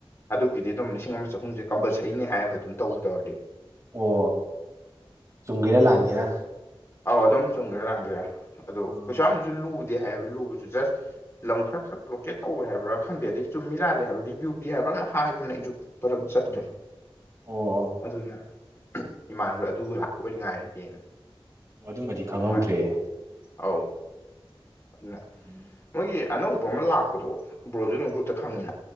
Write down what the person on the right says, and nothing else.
ꯑꯣ ꯆꯨꯝꯒꯦꯔꯥ ꯂꯥꯟꯒꯦꯔꯥ
ꯑꯣ
ꯑꯣ ꯑꯣ
ꯑꯗꯨꯃꯗꯤ ꯈꯪꯉꯧꯗ꯭ꯔꯦ
ꯎꯝ